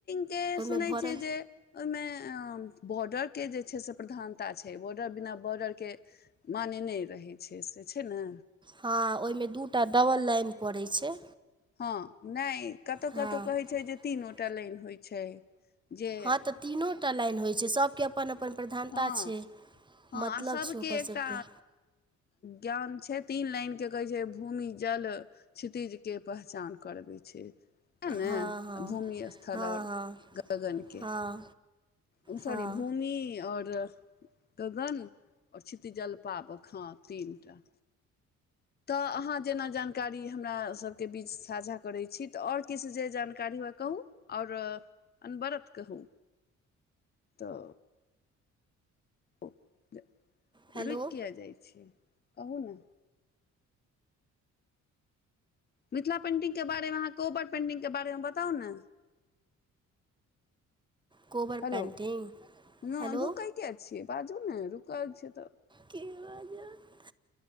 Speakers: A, on the left (about 30°); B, on the right (about 15°).
A: के
B: ओइमे
A: सुनै
B: भरल
A: छै जे ओहि में बॉर्डरके जे छै से प्रधानता छै बॉर्डर बिना बॉर्डरके मान्य नहि रहै छै से छै ने
B: हँ ओहि में दू टा डबल लाईन पड़ै छै
A: हँ नय कतहु
B: हँ
A: कतहु कहै
B: कतहु
A: छै जे तीन गो टा लाईन होइ छै जे
B: हँ तऽ तीनो टा लाइन होइ छै सबके पन अपन प्रधानता
A: हँ
B: छै
A: हँ
B: मतलब
A: आ सभके
B: छै ओकर
A: एकटा
B: सबके
A: ज्ञान छै तीन लाइन के कहे छै भूमि जल क्षतिज के पहचान करबै छै तए ने
B: हँ हँ
A: भूमि स्थल
B: हँ
A: ओर
B: हँ
A: गगनके
B: हँ
A: उ सॉरी
B: हँ
A: भू <unintelligible> ओर गगन आओर छितीजल पाबक हँ तीनटा। तऽ अहाँ जेना जानकारी हमर सभके बीच साझा करै छी तऽ आओर किछु जे जानकारी हुए कहू। आओर अनवरत कहू तऽ रुकि
B: हेलो
A: किया जाइत छि कहू ने। मिथिला पेन्टिंगके बारेमे अहाँ कोबर पेन्टिंगके बारेमे बताउ ने।
B: कोबर
A: हेलो
B: पेन्टिंग
A: न
B: हेलो
A: रुकै किया छियै बाजू ने रुकल छियै तऽ
B: के <unintelligible>